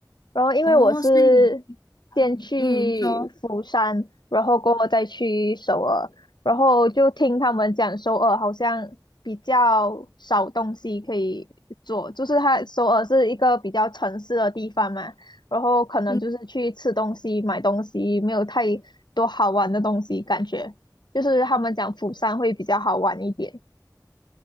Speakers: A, on the left (about 55°); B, on the left (about 80°).
A: <laughs>
B: 然后因为我是先去釜山，
A: 哦，所以你，哎嗯，说。
B: 然后过后再去首尔，然后就听他们讲首尔好像比较少东西可以做，就是它首尔是一个比较城市的地方嘛，然后可能就是去吃东西、
A: 嗯，
B: 买东西，没有太多好玩的东西，感觉就是他们讲釜山会比较好玩一点。